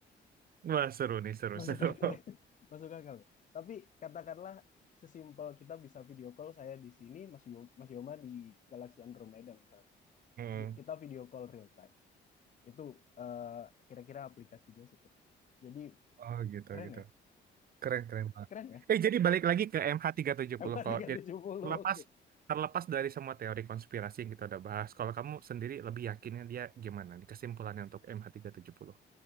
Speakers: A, on the right; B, on the left.
A: Wah seru nih, seru
B: masuk
A: seru.
B: akal
A: <laughs>
B: ya. <laughs> masuk akal tapi katakanlah sesimpel kita bisa video call saya di sini Mas Yo, Mas Yoma di Galaxy Andromeda misalnya
A: Hmm.
B: Di- kita video call real time itu eh, kira-kira aplikasinya seperti itu. jadi
A: Oh gitu
B: keren
A: gitu,
B: ya
A: keren keren banget.
B: keren ya
A: Eh jadi balik lagi ke MH370
B: <laughs> M370
A: kalau jadi terlepas
B: oke
A: terlepas dari semua teori konspirasi yang kita udah bahas, kalau kamu sendiri lebih yakinnya dia gimana nih kesimpulannya untuk MH370?